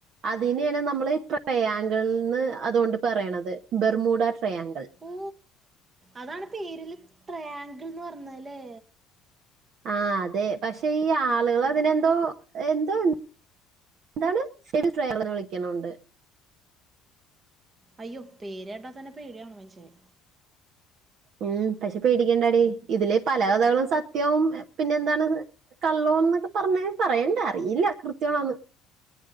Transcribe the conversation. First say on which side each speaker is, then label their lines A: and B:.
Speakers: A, on the right; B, on the right.
A: അതിനെയാണ് നമ്മള് ട്രയാങ്കിൾന്ന് അതോണ്ട് പറയണത് ബെർമൂഡ ട്രയാങ്കിൾ
B: ഓ അതാണ് പേരില് ട്രയാങ്കിൾന്ന് പറഞ്ഞതല്ലേ
A: ആ അതെ പക്ഷെ ഈ ആളുകൾ അതിനെന്തോ എന്തോ എന്താണ് <unintelligible> ട്രയാങ്ക്ൾ ന്ന് വിളിയക്ക്ണോണ്ട്
B: അയ്യോ പേരാട്ടാതന്നെ പേടിയാണു മൻഷ്യന്
A: ഉം പക്ഷെ പേടിക്കേണ്ടാടി ഇതിലെ പല കഥകളും സത്യവും പിന്നെന്താണ്ത് കള്ളോ ന്നൊക്കെ പറഞ്ഞെ പറയണ്ട അറിയില്ല കൃത്യാണോന്ന്